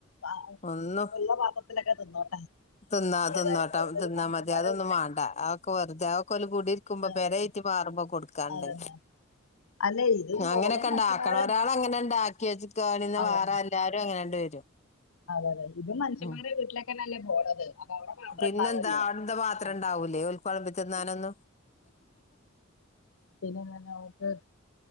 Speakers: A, on the left; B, on the left.
A: ഇപ്പൊ
B: ഒന്നും
A: ഉള്ള പാത്രത്തിലൊക്കെ തിന്നോട്ടെ.
B: തിന്നാ തിന്നോട്ടാ
A: ഏതായാലും ഒരു
B: തിന്നാ
A: മനുഷ്യന്മാരെ
B: മതി അതൊന്നും
A: വീട്ടിലെ
B: വാണ്ട അതൊക്കെ വെറുതെ അതൊക്കെ ഓല് കൂടി ക്കുമ്പോ
A: അതന്നെ
B: പെരേറ്റി മാറുമ്പോ കൊടുക്കാണ്ടങ്കി
A: അതന്നെ അല്ലെ ഇതും പോണത്
B: അങ്ങനൊക്കെണ്ടാക്കണം
A: മനുഷ്യന്മാരെ
B: ഒരാള് അങ്ങനെ ഇണ്ടാക്കി വെച്ചക്കാണെ <unintelligible>
A: അതന്നെ
B: വേറെ എല്ലാവരും അങ്ങനണ്ട് വരും
A: അതെ അതെ ഇതും മനുഷ്യൻ
B: ഉം
A: മാരെ വീട്ടിലേക്കന്നല്ലേ പോണത് അവിടെ പാത്രം
B: പിന്നെന്താ
A: ഉണ്ടാവല്ലോ
B: അവിടെത്തെ പാത്രം
A: ആ,
B: ഇണ്ടാവൂലേ ഓല്ക്ക് വളമ്പി തിന്നാനൊന്നും
A: ഉം, പിന്നെന്നാ <unintelligible>